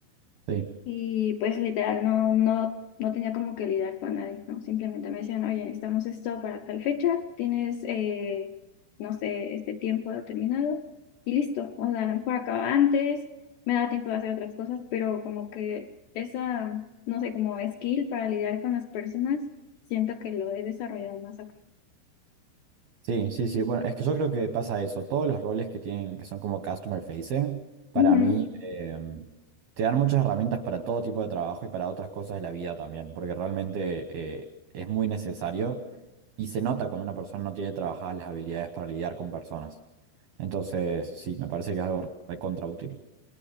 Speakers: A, on the right; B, on the left.
A: Sí.
B: y pues literal, no, no, no tenía como que lidiar con nadie, ¿no? Simplemente me decían, oye, necesitamos esto para tal fecha, tienes, eh, no sé, este tiempo determinado y listo. O sea, a lo mejor acaba antes, me da tiempo de hacer otras cosas, pero como que esa, no sé, como skill para lidiar con las personas, siento que lo he desarrollado más acá.
A: Sí, sí, sí. Bueno, es que yo creo que pasa eso. Todos los roles que tienen, que son como customer facing, para
B: Ujú,
A: mí eh, te dan muchas herramientas para todo tipo de trabajo y para otras cosas de la vida también, porque realmente eh, es muy necesario y se nota cuando una persona no tiene trabajadas las habilidades para lidiar con personas. Entonces, sí, me parece que es algo recontra útil.